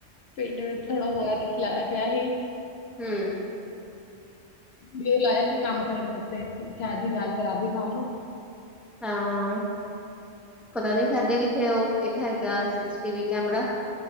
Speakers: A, on the left (about 65°); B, in the centre.
A: ਪਿੰਡ ਪਿੰਡ ਥੋੜਾ ਹੋਇਆ ਤੇ ਖਿਲਾਇਆ ਪਿਆ ਹੀ
B: ਹਮ
A: ਰ ਲਾਇਆ ਸੀ ਕੰਮ ਕਰਨ ਵਾਸਤੇ ਮੈਂ ਕਿਹਾ ਜੀ ਨਾਲ ਕਰਾ ਦੀ ਕੰਮ
B: ਹਾਂ ਪਤਾ ਨੀ ਸਾਡੇ ਵੀ ਇਥੇ ਉਹ ਇੱਕ ਹੈਗਾ ਸੀਸੀ ਟੀਵੀ ਕੈਮਰਾ